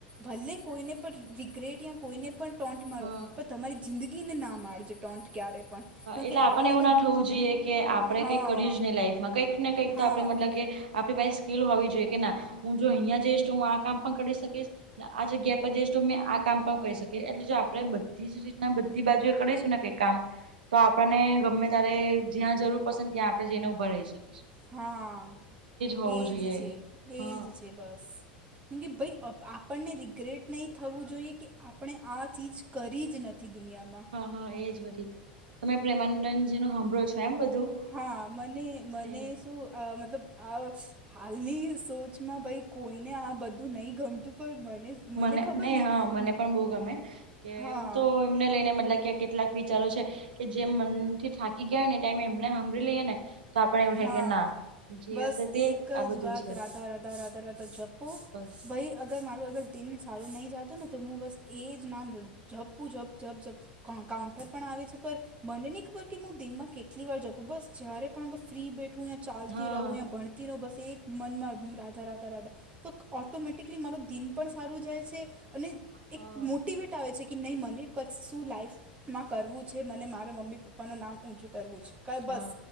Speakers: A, on the right; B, on the right.
A: ભલ્લે કોઈને પણ રિગ્રેટ યા કોઈને પણ. ટોન્ટ મારો
B: હા
A: પણ તમારી જિંદગીને ના મારજો ટોન્ટ ક્યારે પણ. કેમ
B: એટલે
A: કે
B: આપને
A: હાલ
B: એવું
A: અગર
B: ના થવું જોઈએ કે આપડણે
A: હા
B: કંઈક કર્યું જ નહી લાઈફમાં કંઈક ને કંઈક
A: હા
B: તો આપણે મતલબ કે. આપણી પાસે સ્કીિલ હોવી જોઈએ કે ના હું જો અહિયાં જઈશ તો હું આ કામ પણ કરી શકીશ આ જગ્યા પર જઈશ તો અં આ કામ પણ કરીહી શકીએ એટલે જો આપણેે બધી જ રીતના. બીધી બાજુ એ કરીશું કઈ કામ તો આપણને ગમે ત્યારે જ્યાં જરૂર પસંદ ત્યાં આપણે જેને ઉઊભા રહી શકીશું.
A: હા
B: હોવું
A: એજ
B: જોઈએ
A: છે એજ
B: હા
A: છે બસ કેમ કે ભાઈ આપ આપણને રિગ્રેટ નહીં થવું જોઈએ કે આપણે આ ચીજ કરી જ નથી દુનિયામાં
B: હા હા એજ બી તમે પ્રેમાનંદજી નો સાંભળો છો એમ બધું.
A: હા મને મને
B: સેમ.
A: શું મતલબ આ હાલની સોચમાં ભાઈ કોઈને આ બધું નહીં ગમતું પણ મને
B: મને
A: ખબર
B: નહી
A: નહીં
B: હા મને પણ બહુ ગમે કે
A: હા
B: એવું તો એને લઈને મતલબ કે કેટલાક વિચારો છે. કે જેમ મનથી થાકી ગયા હોય ને એ ટાઈમે એમને સાંભળી લઈએ ને તો આપને એવું
A: હા
B: થાય કે ના જે
A: બસ
B: હશે તે
A: એક
B: આ બધું
A: જ વાત
B: છે
A: રાધા રાધા રાધા રાધા જપો
B: બસ
A: ભાઈ અગર મારોું અગર દિન સારું નહીં જાતોું ને તો હું બસ એ જ નામ જઝપું ઝપઝપ જઝપ કાઉન્ટર પણ આવે છે પણ મને નહી ખબર કે હું દિનમાં કેટલી વાર જપું બસ જ્યારે પણ ફ્રી બેઠું યા ચાલતી
B: હા
A: રહું યા ભણતી રહું બસ એક મનમાં રાધા રાતા રાધા. તો ઓટોમેટિકલી મારું દિન પણ સારું જાય છે અને
B: હા
A: એક મો. મોટિવેટ આવે છે કે નહીં મને કચ્છ શું લાઈફ માં કરવું છે મને મારા મમ્મી પપ્પા નું નામ ઊછું કરવું છે.
B: હા.
A: બસ